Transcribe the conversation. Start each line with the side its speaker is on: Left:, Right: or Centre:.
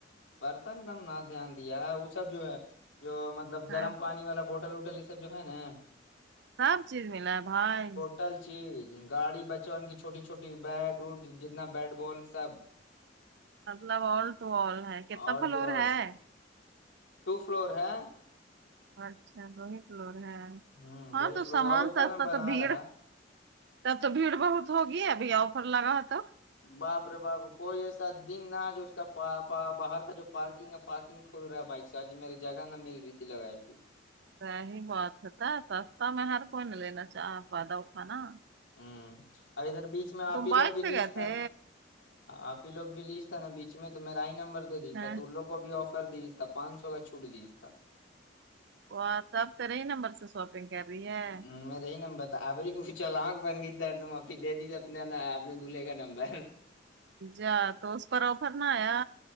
Left: برتن کا ہم نہ دھیان دیا ہے وہ سب جو ہے جو مطلب
Right: ہاں
Left: گرم پانی والا بوٹل ہوٹل وٹل یہ سب جو ہے نا
Right: سب چیز ملا ہے بھائی
Left: ٹل چیز گاڑی بچپن کی چھوٹی چھوٹی بیڈ وٹ جتنا بیٹ بال سب
Right: مطلب آل ٹو آل ہے کتنا
Left: آل
Right: فلور
Left: ٹو آل
Right: ہے
Left: ٹو فلور ہے
Right: اچھا بہ کلور ہے
Left: ہ
Right: ہاں
Left: دو ہی
Right: تو
Left: فلور
Right: سامان
Left: ہے اوپر
Right: سستا
Left: میں بنا
Right: تو بھیڑ
Left: رہا
Right: تب تو بھیڑ بہت ہوگی ابھی آفر لگا تو
Left: باپرے باپر کوئی ایسا دن نہ ہے جو اس کا باہر کا جو پارکنگ ہے پارکنگ کھل رہا ہے بائک سے آج میرے جگہ نہ مل رہی تھی لگا کی
Right: سی بات ہے تھا سستا میں ہر کوئی نہیں لینا چاہ پدا کھانا
Left: ہوں اور ادھر بیچ میں آپ ہی
Right: بائک
Left: لوگ بھی
Right: سے
Left: لی
Right: گئے تھے
Left: ہاں آپ ہی لوگ بھی لی تھا نا بیچ میں تو میرا ہی نمبر دے دیج
Right: ہیں
Left: تھا تو لو کو بھی آفر دی تھا پانچ سو کا چھوٹ دی تھا
Right: وہ سب ترے نمبر سے سوپ گ کر رہی ہے
Left: ہ میں رہی نمبر آب کھ چلاانک بن گئی تر نے معافی دے دی ت اپنے نا آپ نے دولہے کا نمبر
Right: جا تو اس پر آفر نہ آیا